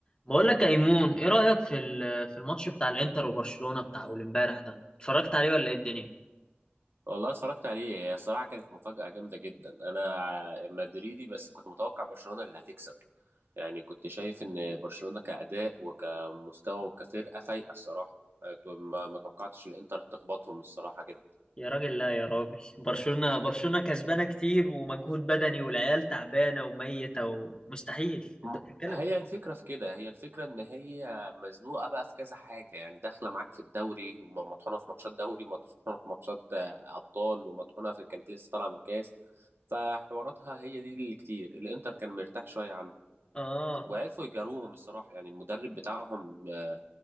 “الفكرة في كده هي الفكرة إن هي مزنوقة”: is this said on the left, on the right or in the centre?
Right